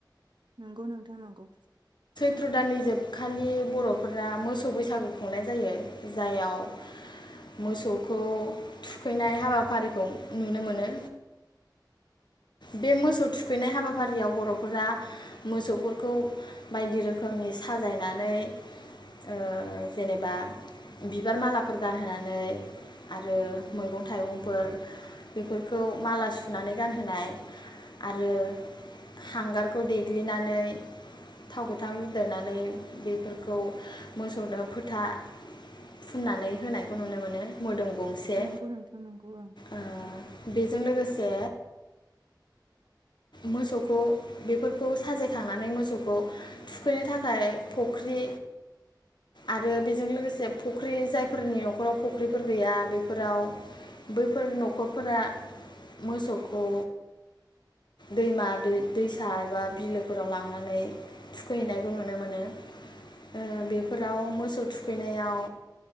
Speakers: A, on the right; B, on the left.
A: नंगौ नोंथां नंगौ
B: सैत्रदाननि जोबखालि बरफोरा मोसौ बैसागु खुंनाय जायो। जाययाव मोसौखौ थुखैनाय हाबाफारिखौ नुनो मोनो बे मोसौ थुखैनाय हाबाफारियाव बर'फोरा मोसौफोरखौ बायदि रोखोमनि साजायनानै ओ जेनेबा बिबार मालाफोर गानहोनानै आरो मैगं थाइगंफोर बेफोरखौ माला सुनानै गानहोनाय आरो हांगारखौ देग्लिनानै थाव गोथां लदेरनानै बेफोरखौ मोसौनो फोथा फुननानै होनायखौ नुनो मोनो मोदोम गंसे
A: नंगौ नोंथां नंगौ ओं
B: ओ बेजों लोगोसे मोसौखौ बेफोरखौ साजायखांनानै मोसौखौ थुखैनो थाखाय फख्रि आरो बेजों लोगोसे फख्रि जायफोरनि न'खराव फख्रिफोर गैया बेफोराव बैफोर न'खरफोरा मोसौखौ दैमा दै दैसा एबा बिलोफोराव लांनानै थुखैहैनायखौ नुनो मोनो ओ बेफोराव मोसौ थुखैनायाव